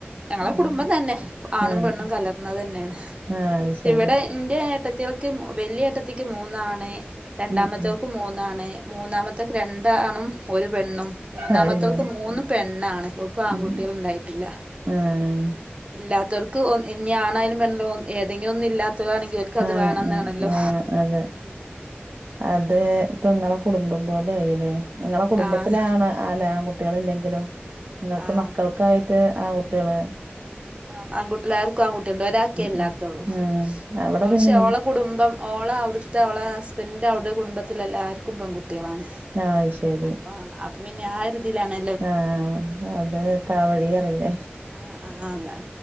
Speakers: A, on the right; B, on the right.
A: ഞങ്ങളെ കുടുംബം
B: ഉം
A: തന്നെ. ആണും
B: ആഹ്
A: പെണ്ണും കലർന്നത് തന്നെയാണ്.
B: ആഹ് അത് ശരി
A: ഇവിടെ ഇവടെ ഏട്ടത്തിയൾക്ക് വലിയ ഏട്ടത്തിക്ക് മൂന്നാണ്. രണ്ടാമത്തോരിക്ക്
B: ഉം ഉം
A: മൂന്നാണ്. മൂന്നാമത്തേക്ക് രണ്ടാണും ഒരു പെണ്ണും. മൂന്നാമത്തോക്ക്
B: അതെ
A: മൂന്ന് പെണ്ണാണ്. ക്കും ആങ്കുട്ടികള്ണ്ടായിട്ടില്ല
B: ഉം ആഹ്
A: ഇല്ലാത്തവർക്ക് ഓ ഇനി ആണായാലും പെണ്ണായാലും ഏതെങ്കിലും ഒന്ന് ഇല്ലാത്തതാണെങ്കിൽ ഓൽക്ക് അത്
B: ആഹ്
A: വേണംന്നാണല്ലോ
B: ഉം അഹ് അതേ അതേ ഇപ്പോ ഇങ്ങളെ കുടുംബം പോലെ ആയില്ലേ? നിങ്ങളെ കുടുംബത്തിലാണ്
A: ആഹ്
B: അല്ലാ ആൺകുട്ടികള് ഇല്ലെങ്കിലും ഇങ്ങൾക്ക്
A: ആഹ്
B: മക്കൾക്കായിട്ട് ആങ്കുട്ട്യോള്
A: ആഹ് അങ്കുട്ടികള് ല്ലാർക്കും ആൺകുട്ടിള്ണ്ട്. ഒരാക്കേ ഇല്ലാത്തുള്ളൂ
B: ഉം ആഹ് അവിടെ
A: പക്ഷേ
B: പിന്നെ
A: ഓളെ കുടുംബം ഓളെ അവിടു ട്ട് അവളെ ഹസ്ബൻഡ് ന്റെ അവിടെ കുടുംബത്തിലേല്ലാര്ക്കും പെങ്കുട്ടികളാണ്
B: ആഹ് അത് ശരി
A: അപ്പോ അ പിന്നെ ആഹ് ഒരുതിലാണ്.
B: ആഹ് അതേ താവഴി പറീലേ
A: ആഹ് ആഹ് അതേ.